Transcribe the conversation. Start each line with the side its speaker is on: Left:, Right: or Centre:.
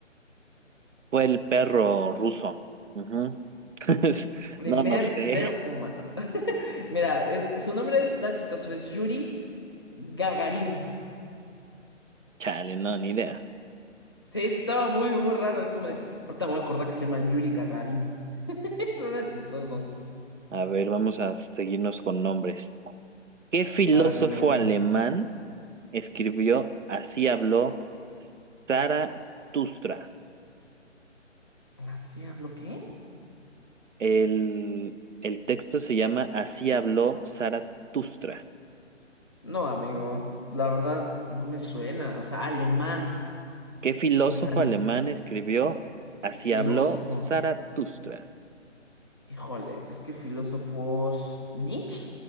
Right: fue el perro ruso. Ujú. <laughs>
Left: Primer
Right: No, no sé.
Left: ser humano. <laughs> Mira, es, su nombre está chistoso, es Yuri Gagarin.
Right: Chale, no, ni idea.
Left: Sí, sí, estaba muy, muy raro. Es como de. Ahorita me voy a acordar que se llama Yuri Gagarin. <laughs> Suena chistoso.
Right: A ver, vamos a seguirnos con nombres. ¿Qué filósofo
Left: A ver, dime, dime.
Right: alemán escribió Así habló Zaratustra?
Left: ¿Así hablo qué?
Right: El, el texto se llama Así habló Zaratustra.
Left: No, amigo, la verdad no me suena. O sea, alemán,
Right: ¿Qué filósofo
Left: pues alemán
Right: alemán escribió Así
Left: y filósofo.
Right: habló Zaratustra?
Left: Híjole, es que filósofos. ¿Nietzsche?